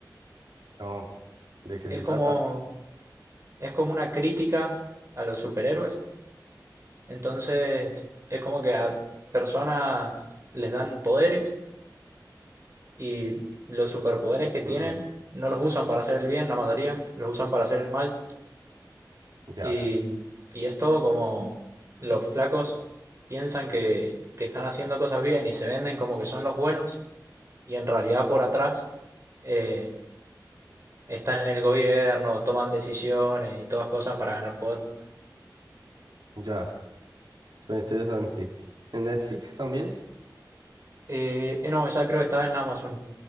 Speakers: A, on the right; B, on the right.
A: No, ¿de qué
B: Es
A: se
B: como
A: trata?
B: es como una crítica a los superhéroes. Entonces, es como que a personas les dan poderes y los superpoderes que tienen
A: Mm,
B: no los usan para hacer el bien, la mayoría, los usan para hacer el mal.
A: ya,
B: Y, y es todo como los flacos piensan que, que están haciendo cosas bien y se venden como que son los buenos y en realidad por atrás eh, están en el gobierno, toman decisiones y todas cosas para ganar poder.
A: ya, suena interesante. ¿En Netflix también?
B: Eh, eh, no, esa creo que está en Amazon.